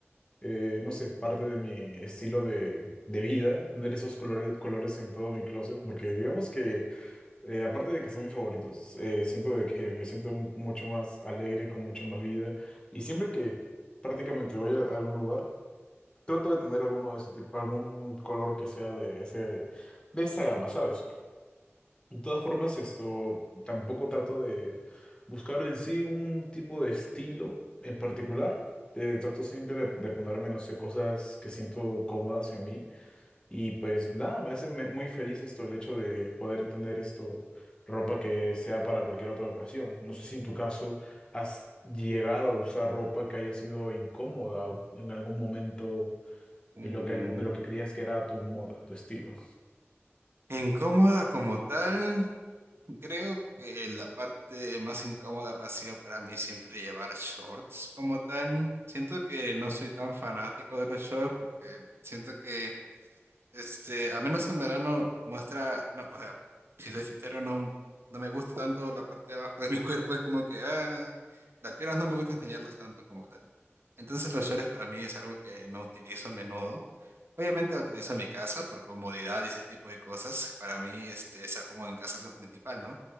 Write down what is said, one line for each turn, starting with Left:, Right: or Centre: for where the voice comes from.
Left: eh, no sé, parte de mi estilo de, de vida, tener esos colores, colores en todo mi closet, porque digamos que, eh, aparte de que son mis favoritos, eh, siento de que me siento mu- mucho más alegre, con mucho más vida, y siempre que prácticamente voy a algún lugar, trato de tener alguno de ese tipo, algún color que sea de ese, de esa gama, ¿sabes? De todas formas, esto tampoco trato de buscar en sí un tipo de estilo en particular. Eh, trato siempre de, de ponerme, no sé, cosas que siento cómodas en mí. Y pues nada, me hace me- muy feliz esto, el hecho de poder tener esto, ropa que sea para cualquier otra ocasión. No sé si en tu caso has llegado a usar ropa que haya sido incómoda o en algún momento
Right: Mm,
Left: en lo que, de lo que creías que era tu moda, tu estilo.
Right: Incómoda como tal, creo que la parte más incómoda habrá sido para mí siempre llevar shorts como tal. Siento que no soy tan fanático de los shorts porque siento que Este, al menos en verano muestra, no, o sea, si soy sincero, no, no me gusta tanto la parte de abajo de mi <laughs> cuerpo, es como que, ah, las piernas no me gusta enseñarlas tanto como tal. Entonces los shorts para mí es algo que no utilizo a menudo. Obviamente lo utilizo en mi casa por comodidad y ese tipo de cosas. Para mí, este, estar cómodo en casa es lo principal, ¿no?